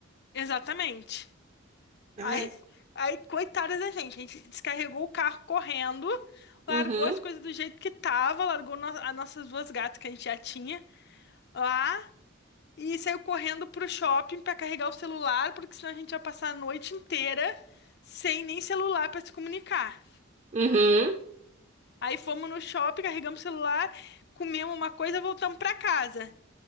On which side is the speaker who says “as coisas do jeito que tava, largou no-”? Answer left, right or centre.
Left